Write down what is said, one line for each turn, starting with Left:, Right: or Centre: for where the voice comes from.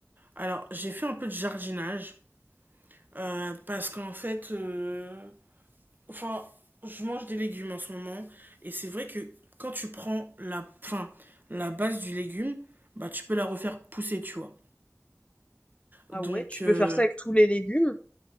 Right: Alors, j'ai fait un peu de jardinage. euh, parce qu'en fait... euh, Enfin, je mange des légumes en ce moment. Et c'est vrai que quand tu prends la... Enfin, la base du légume, bah, tu peux la refaire pousser, tu vois.
Left: Ah
Right: Donc,
Left: ouais, tu
Right: euh,
Left: peux faire ça avec tous les légumes?